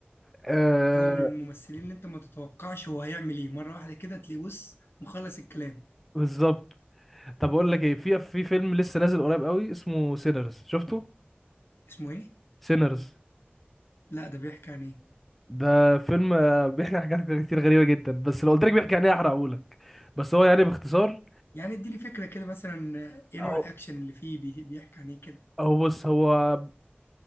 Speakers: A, in the centre; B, on the left.
A: آه
B: هو من الممثلين اللي انت ما تتوقعش هو هيعمل ايه مرة واحدة كده تلاقيه بص مخلص الكلام
A: بالظبط طب اقول لك ايه في في فيلم لسه نازل قريب قوي اسمه سينرز شفته
B: اسمه ايه؟
A: سينرز
B: لا ده بيحكي عن ايه؟
A: ده فيلم آه، بيحكي عن حاجات كتير غريبة جدا بس لو قلت لك بيحكي عن ايه هحرقهولك بس هو يعني باختصار
B: يعني اديني فكرة كده مثلا آه، ايه
A: هو
B: نوع الاكشن اللي فيه بي- بيحكي عن ايه كده؟
A: هو بص هو